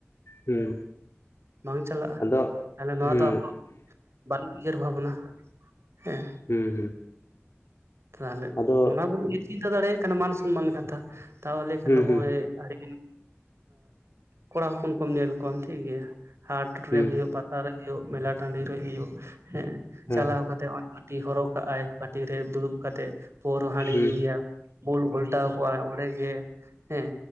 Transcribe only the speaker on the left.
ᱦᱩᱸ
ᱟᱫᱚ
ᱦᱩᱸ
ᱦᱩᱸ ᱦᱩᱸ
ᱟᱫᱚ
ᱦᱩᱸ
ᱦᱩᱸ
ᱦᱩᱸ
ᱦᱮᱸ
ᱦᱩᱸ